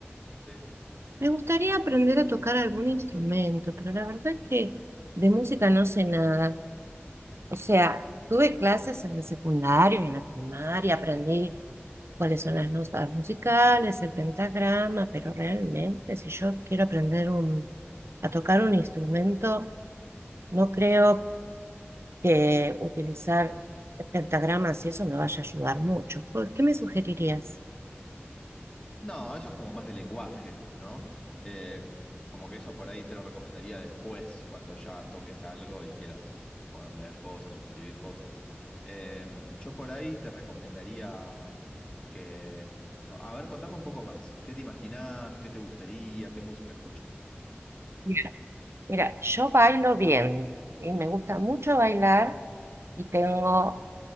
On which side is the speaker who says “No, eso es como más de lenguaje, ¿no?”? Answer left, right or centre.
Left